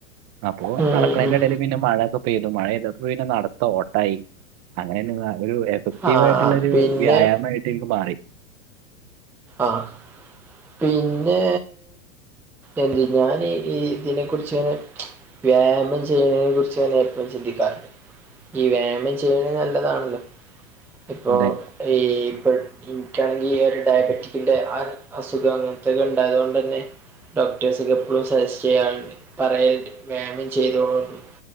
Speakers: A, on the right; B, in the centre.
A: അപ്പൊ
B: ഉം
A: നടക്കുന്നതിന്റെ
B: ഉം ഉം
A: ഇടയിൽ പിന്നെ മഴൊക്കെ പെയ്തു മഴെയ്തു അപ്പൊ പിന്നെ നടത്ത ഓട്ടായി അങ്ങനെര്ന്നു നല്ലൊരു എ പോസറ്റീവ്
B: ആ
A: വായിട്ടുള്ളൊരു
B: പിന്നെ
A: വ്യായാമായിട്ട് ഇനിക്ക് മാറി
B: ആഹ് പിന്നെ എന്ത് ഞാന് ഈ ഇതിനെ കുറിച്ച് ഇങ്ങനെ വ്യായാമം ചെയ്യുന്നതിനെ കുറിച്ച് ഞാൻ എപ്പഴും ചിന്തിക്കാറുണ്ട് ഈ വ്യായാമം ചെയ്യണ നല്ലതാണല്ലോ ഇപ്പൊ
A: അതെ.
B: ഈ ഇപ്പൊ ഇനിക്കാണെങ്കിൽ ഈ ഒരു ഡയബറ്റിക് ക്കിന്റെ ആഅസുഖം അങ്ങനത്തൊക്കെ ഉണ്ടായതുകൊണ്ട് തന്നെ ഡോക്ടേഴ്സ് എപ്പോഴും സജസ്റ്റ് ചെയ്യാറ്ണ്ട് പറയൽണ്ട് വ്യായാമം ചെയ്തോളൂ